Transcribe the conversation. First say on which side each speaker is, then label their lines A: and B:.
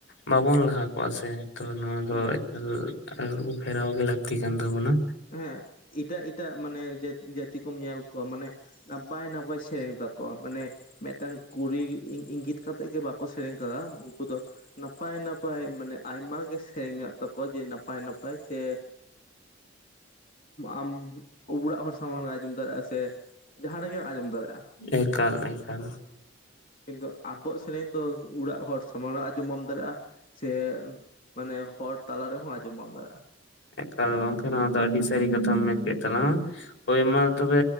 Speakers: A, on the left; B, on the left.
A: ᱵᱟᱵᱚᱱ ᱞᱟᱦᱟ ᱠᱚᱜ-ᱟ ᱥᱮ᱾ ᱛᱚ ᱱᱚᱣᱟ ᱫᱚ
B: ᱦᱩᱸ
A: ᱮᱠᱟᱞ ᱟᱹᱨᱩ ᱯᱷᱮᱨᱟᱣ ᱜᱮ ᱞᱟᱹᱠᱛᱤ ᱠᱟᱱ ᱛᱟᱵᱚᱱᱟ᱾
B: ᱦᱮᱸ ᱮᱴᱟᱜ ᱮᱴᱟᱜ ᱢᱟᱱᱮ ᱡᱟᱛ ᱡᱟᱹᱛᱤ ᱠᱚᱢ ᱧᱮᱞ ᱠᱚᱣᱟ ᱢᱟᱱᱮ, ᱱᱟᱯᱟᱭ ᱱᱟᱯᱟᱭ ᱥᱮᱨᱮᱧ ᱛᱟᱠᱚ᱾ <unintelligible> ᱢᱟᱱᱮ ᱢᱤᱫᱴᱟᱝ ᱠᱩᱲᱤ ᱤᱝᱜᱤᱛ ᱠᱟᱛᱮᱜ ᱜᱮ ᱵᱟᱠᱚ ᱥᱮᱨᱮᱧ ᱟᱠᱟᱫᱟ ᱩᱱᱠᱩ ᱫᱚ ᱾ ᱱᱟᱯᱟᱭ ᱱᱟᱯᱟᱭ ᱢᱟᱱᱮ ᱟᱭᱢᱟ ᱜᱮ ᱥᱮᱨᱮᱧ ᱢᱮᱱᱟᱜ ᱛᱟᱠᱚᱣᱟ ᱡᱮ ᱱᱟᱯᱟᱭ ᱱᱟᱯᱟᱭ ᱥᱮ ᱟᱢ ᱚᱲᱟᱜ ᱦᱚᱲ ᱥᱟᱢᱟᱝ ᱨᱮᱢ ᱟᱸᱡᱚᱢ ᱫᱟᱲᱮᱭᱟᱜᱼᱟ ᱥᱮ ᱡᱟᱦᱟᱸ ᱨᱮᱜᱮᱢ ᱟᱸᱡᱚᱢ ᱫᱟᱲᱮᱭᱟᱜ-ᱟ᱾
A: ᱮᱠᱟᱞ ᱮᱠᱟᱞ ᱾
B: ᱠᱤᱱᱛᱩ ᱟᱵᱚᱣᱟᱜ ᱥᱮᱨᱮᱧ ᱫᱚ ᱚᱲᱟᱜ ᱦᱚᱲ ᱥᱟᱢᱟᱝ ᱨᱮ ᱟᱸᱡᱚᱢ ᱵᱟᱢ ᱫᱟᱲᱮᱭᱟᱜ-ᱟ᱾ ᱥᱮ ᱢᱟᱱᱮ ᱦᱚᱲ ᱛᱟᱞᱟ ᱨᱮᱦᱚᱸ ᱟᱸᱡᱚᱢ ᱵᱟᱢ ᱫᱟᱲᱮᱭᱟᱜ-ᱟ᱾
A: ᱮᱠᱟᱞ ᱜᱚᱝᱠᱮ ᱱᱚᱣᱟ ᱫᱚ ᱟᱹᱰᱤ ᱥᱟᱹᱨᱤ ᱠᱟᱛᱷᱟᱢ ᱢᱮᱱ ᱠᱮᱫ ᱛᱟᱞᱟᱝ ᱟ ᱦᱳᱭ ᱢᱟ ᱛᱚᱵᱮ